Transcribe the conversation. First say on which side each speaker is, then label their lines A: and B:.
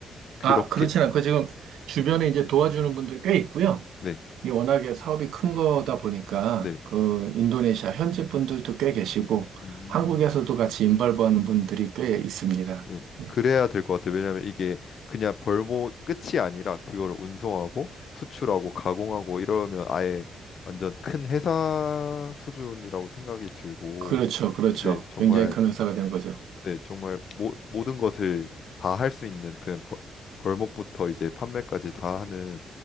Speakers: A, on the left; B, on the right.
A: 그렇게
B: 아, 그렇진 않고 지금 주변에 이제 도와주는 분들이 꽤 있고요.
A: 네,
B: 이게 워낙에 사업이 큰 거다 보니까,
A: 네.
B: 그, 인도네시아 현지 분들도 꽤 계시고,
A: 음.
B: 한국에서도 같이 인발부하는 분들이 꽤 있습니다.
A: 네.
B: 네.
A: 그래야 될 것 같아요. 왜냐하면 이게 그냥 벌목 끝이 아니라 그걸 운송하고 수출하고 가공하고 이러면 아예 완전 큰 회사 수준이라고 생각이 들고
B: 그렇죠, 그렇죠.
A: 네, 정말
B: 굉장히 큰 회사가 된 거죠.
A: 네, 정말 모, 모든 것을 다 할 수 있는 그런 벌- 벌목부터 이제 판매까지 다 하는